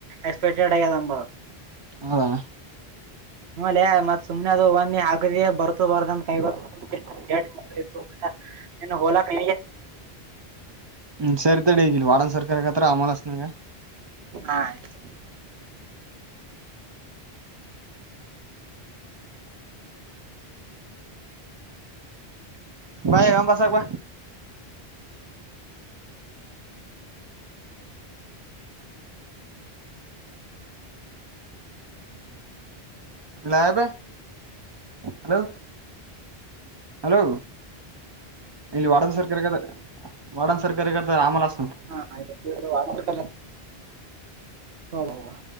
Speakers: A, on the right (about 80°); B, on the right (about 40°).
A: ಎಕ್ಸ್ಪೆಕ್ಟೆಡ್ ಆಗ ದಂಬ
B: ಹೌದಾ
A: ಹಲೆ ಮತ್ ಸುಮ್ನೆ ಅದು ಹ ಒಂದಿ ಆಗದ ಬರ್ತ ಬರ್ದ ಅಂತ ಕೈ ಗೊ ಜಟ್ ಮುಗ ಇತ್ತು ಊಟ ಇನ್ನು ಹೊೋಲಕ್
B: ಹ್ಮ್ ಸರಿತಗ ವಡಾನ್ ಸರ್ಕಾರ ಕತ್ರ ಅಮಲನೆ
A: ಹಾ ಆಯ್ತು
B: ಬಾಯ ಎ ಬಸಕ್ ಬ ಲಯಬ ಹಲೋ ಹಲೋ ಇಲ್ಲಿ ವಾಡನ್ ಸರ್ಕ ವಾಡನ್ ಸರ್ಕಾರಾರಿಗದ ರಾಮಲಾಸ್
A: ಹಾ ಆಯ್ತ ಹ ಹ